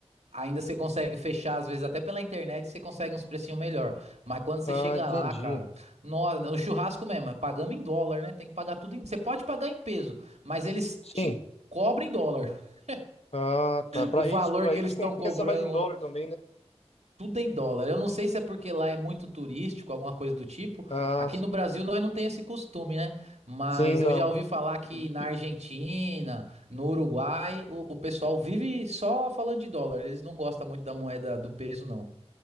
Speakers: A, on the right; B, on the left.
A: ainda você consegue fechar, às vezes até pela internet, você consegue uns precinhos melhor. Mas quando você
B: Ah,
A: chega
B: entendi.
A: lá, cara, nossa, o churrasco mesmo, é pagamos em dólar, né? Tem que pagar tudo em, você pode pagar em peso, mas eles
B: Sim.
A: te cobram em dólar. <laughs>
B: Ah, tá. Para
A: O valor
B: eles, para
A: que
B: eles
A: eles estão
B: compensa
A: cobrando
B: mais em dólar
A: lá.
B: também, né?
A: Tudo em dólar. Eu não sei se é porque lá é muito turístico, alguma coisa do tipo.
B: Ah,
A: Aqui no Brasil nós não tem esse costume, né? Mas
B: Sim, não.
A: eu já ouvi falar que
B: É difícil.
A: na Argentina, no Uruguai, o, o pessoal vive só falando de dólar. Eles não gostam muito da moeda do peso, não.